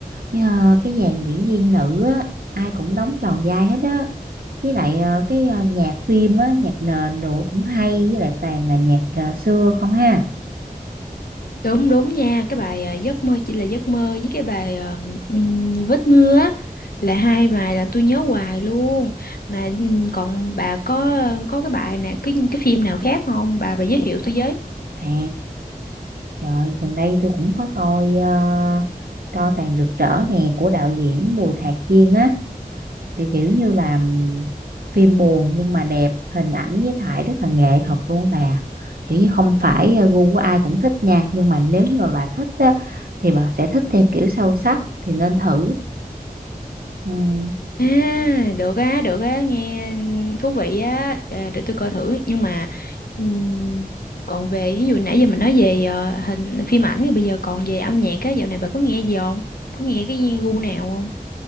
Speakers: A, on the right; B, on the left.
A: với, ờ, cái dàn diễn viên nữ á ai cũng đóng tròn vai hết á với lại ờ, cái ờ, nhạc phim á nhạc nền đồ cũng hay với lại toàn là nhạc ờ, xưa không ha
B: Đúng đúng nha, cái bài ờ, giấc mơ chỉ là giấc mơ với cái bài ờ, ừm, vết mưa á là hai bài là tôi nhớ hoài luôn. Mà ừm, còn bà có có cái bài nè, cái cái phim nào khác không? Bà bà giới thiệu tôi với.
A: à Trời, gần đây tôi cũng có coi uh, Tro tàn rực rỡ nè của đạo diễn Bùi Thạc Chiên á, kiểu, kiểu như là ừm, phim buồn nhưng mà đẹp, hình ảnh với thải rất là nghệ thuật luôn á bà. Kiểu như không phải ờ, gu của ai cũng thích nha, nhưng mà nếu như mà bà thích á thì bà sẽ thích theo kiểu sâu sắc thì nên thử. Ừm,
B: À, được á, được á, nghe thú vị á, Ờ, để tôi coi thử. Nhưng mà ừm, còn về ví dụ nãy giờ mình nói về ờ, hình phim ảnh rồi bây giờ còn về âm nhạc á, dạo này bà có nghe gì không? Có nghe cái gu nào không?